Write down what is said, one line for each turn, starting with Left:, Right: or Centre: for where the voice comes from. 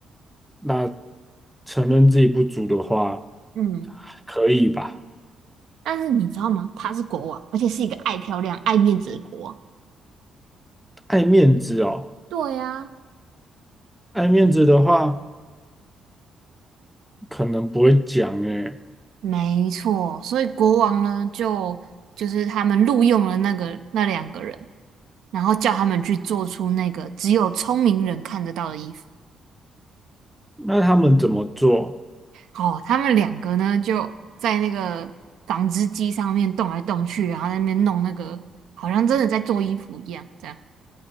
Centre: 那承认自己不足的话，
Right: 嗯，
Centre: 可以吧？
Right: 但是你知道吗？他是国王，而且是一个爱漂亮、爱面子的国王。
Centre: 爱面子哦，
Right: 对呀、
Centre: 爱面子的话。可能不会讲诶，
Right: 没错，所以国王呢，就就是他们录用了那个那两个人，然后叫他们去做出那个只有聪明人看得到的衣服。
Centre: 那他们怎么做？
Right: 哦，他们两个呢就在那个纺织机上面动来动去，然后在那边弄那个，好像真的在做衣服一样。这样